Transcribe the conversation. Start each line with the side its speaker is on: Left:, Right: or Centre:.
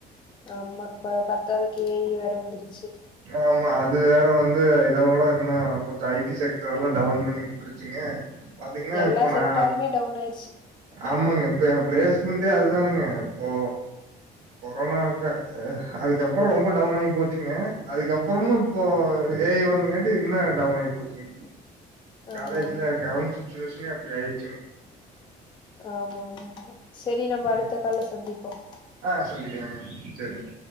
Left: ஆமா இப்ப பத்தாததுக்கு ஏஐ வேற வந்துருச்சி
Right: ஆமா அது வேற வந்து இதோட என்ன கொஞ்சம் ஐடி செக்டர்லா டவுன் பண்ணி உட்டுரு ச்சிங்க பாத்தீங்கன்னா
Left: எல்லா
Right: இப்போ
Left: செக்டாருமே
Right: நா
Left: டவுன் ஆயிடுச்சி
Right: ஆமாங்க இப்ப என் பிளேஸ் மண்ட்டே அதுதானுங்க இப்போ கொரோனாக்கு அதுக்கப்புறம் ரொம்ப டவுன் ஆயி போச்சிங்க அதுக்கப்புறமும் இப்போ ஏ ஐ வந்தங்காட்டி இன்னு டவுன் ஆயி போச்சிங்க காலேஜில
Left: ஆமா ஆமா
Right: கரண்ட் சுச்சிவேஷனே அப்டி ஆயிடுச்சிங்க
Left: ஆமா ஆமா ஆமா செரி நம்ம
Right: ம்
Left: அடுத்த கால்ல சந்திப்போம்
Right: ஆ சந்திக்கலாங்க செரிங்க